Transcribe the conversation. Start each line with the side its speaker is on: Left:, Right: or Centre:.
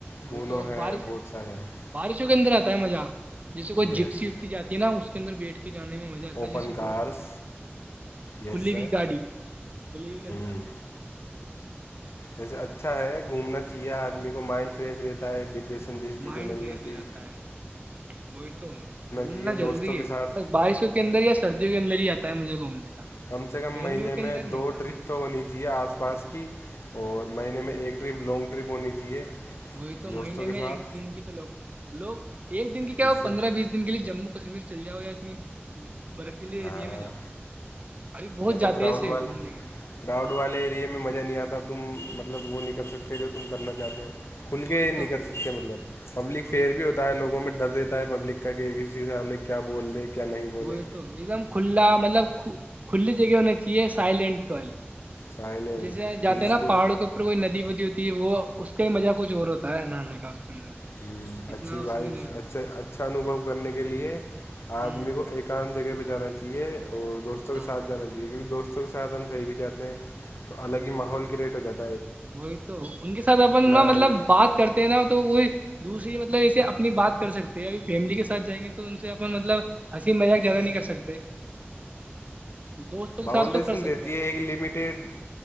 Right: وہ
Left: کونو
Right: تو
Left: ہے
Right: بارش
Left: بہت سارے ہیں
Right: بارشوں کے اندر آتا ست ہے مزہ جیس کوئی
Left: یس
Right: جپسی وپسی جاتی ہےا اس اندر بٹ کی جان میں جاتا
Left: اوپن
Right: جیسے
Left: کارس
Right: دوستوں
Left: یس
Right: کھلی
Left: سر
Right: ہوئی گاڑی کھلی ہوئی کےدر
Left: ہوں ویسے اچھا ہے گھومنا چاہیے آدمی کو مائنڈ فریش رہتا ہے ڈپریشن جیسی چیزیں
Right: مائنڈ
Left: نہیں
Right: فریش
Left: ہوتی
Right: ہو جاتا ہے وہی تو گھومنا
Left: چاہیے
Right: ضروری
Left: دوستوں کے
Right: ہے
Left: ساتھ
Right: ب بارشوں کے اندر یا سردی کے اندر ہی آتا ہے مجھ گھومنے کا
Left: کم سے کم
Right: گرمیوں
Left: مہینے
Right: کے اندر
Left: میں
Right: نہیں
Left: دو
Right: آتا
Left: ٹرپ تو ہونی چاہیے آس پاس کی اور مہینے میں ایک ٹرپ لانگ ٹرپ ہونی چاہیے
Right: وہی تو
Left: دوستوں
Right: مہینے
Left: کے
Right: میں
Left: ساتھ
Right: ایک دن کی تو لوگ لوگ ایک دن کی کیا
Left: جس
Right: ہو
Left: سے
Right: پندرہ بیس دن کے لیے جم کو کشمیر چل جاؤ یا اتنی برفیلیے
Left: ہاں
Right: ایریا میں جاؤ ابھی بہت
Left: زیادہ
Right: جاتے
Left: کراؤڈ
Right: ہیں تھے
Left: والے
Right: گھومنے کے لیے
Left: کراؤڈ والے ایریے میں مزہ نہیں آتا تم مطلب وہ نہیں کر سکتے جو تم کرنا چاہتے ہو کھل کے
Right: وہی
Left: نہیں
Right: تو
Left: کر سکتے مطلب پبلک
Right: وہی
Left: فیئر بھی ہوتا ہے لوگوں میں ڈر دیتا ہے پبلک کا کہ کسی سامنے کیا بول دے کیا نہیں بولے
Right: وہ یہ تو ایک دم کھلا مطلب سھو کھلی جگہ ہونا چاہیے سائلینٹ کو
Left: سائلینٹ
Right: جیسے جاتے
Left: پیسفل
Right: نا پہاڑوں کے اوپر کوئی ندی ودی ہوتی وہ اس کا ہی مزہ کچھ اور ہوتا ہے نہانے کا اندر
Left: ہ
Right: اتنا
Left: اچھی
Right: اس
Left: وائف
Right: میں نہیں ہوتا
Left: اچھا اچھا انوبو کرنے کے لیے آدمی
Right: ہ
Left: کو ایکانت جگہ پہ جانا چاہیے اور دوستوں کے
Right: ہاں
Left: سھ جانا چاہیے کیکہ دوست کے سادھن خری بھی جاتے ہیں تو الگ ہی ماحول کے ریٹ ہو جاتی
Right: وہی تو ان کے ساتھ اپ نا
Left: ہے
Right: مطلب
Left: یہ کرنا
Right: بات کرتے ہیں نا تو وہی دوسری مطلب اسسے اپنی بات کر سکتے ہے ا فیملی کے ساتھ جائیں گے تو ان سے اپ مطلب ہنسی مذاق زیادہ نہیں کر سکتے دوستوں کے
Left: بؤنڈریشن
Right: ساتھ تو کر سکتے
Left: دیتی
Right: ہیں
Left: ہے ایک لمٹیڈ